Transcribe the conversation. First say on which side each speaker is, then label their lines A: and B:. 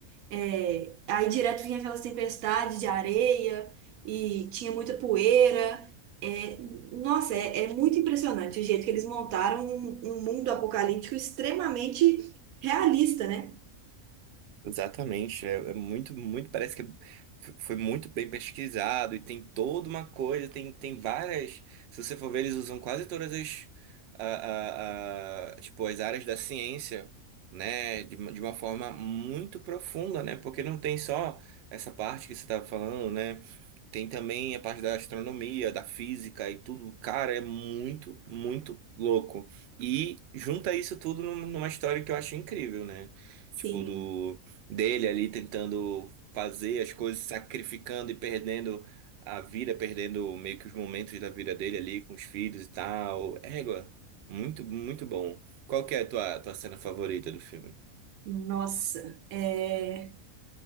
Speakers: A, on the right; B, on the right.
A: É, aí direto vinha aquelas tempestades de areia e tinha muita poeira. É, nossa, é, é muito impressionante o jeito que eles montaram um, um mundo apocalíptico extremamente realista, né?
B: Exatamente, é, é muito, muito, parece que f- foi muito bem pesquisado e tem toda uma coisa, tem, tem várias, se você for ver, eles usam quase todas as, a, a- a- tipo, as áreas da ciência, né, de, uma- de uma forma muito profunda, né, porque não tem só essa parte que você estava falando, né, tem também a parte da astronomia, da física e tudo. Cara, é muito, muito louco. E junta isso tudo num- numa história que eu acho incrível, né?
A: Sim.
B: Tipo, do dele ali tentando fazer as coisas, sacrificando e perdendo a vida, perdendo meio que os momentos da vida dele ali com os filhos e tal. Égua, muito, muito bom. Qual que é a tua, tua cena favorita do filme?
A: Nossa, é...